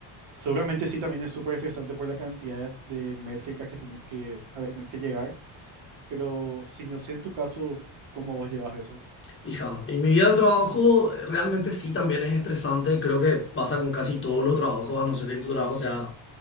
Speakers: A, on the right; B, on the left.
A: Seguramente sí, también es súper estresante por la cantidad de, de métricas que tenés que, a la que tenés que llegar, pero sí, no sé en tu caso cómo vos llevas eso.
B: Hija, y mi vida del trabajo eh, realmente sí también es estresante. Creo que pasa con casi todos los trabajos, a no ser que tu trabajo sea